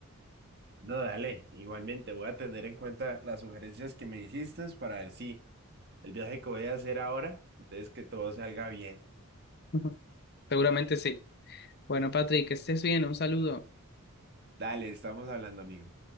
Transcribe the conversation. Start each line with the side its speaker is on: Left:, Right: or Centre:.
Right: No, dale, igualmente voy a tener en cuenta las sugerencias que me hiciste para ver si el viaje que voy a hacer ahora, entonces que todo salga bien.
Left: <laughs> Seguramente sí. Bueno, Patrick, que estés bien. Un saludo.
Right: Dale, estamos hablando, amigo.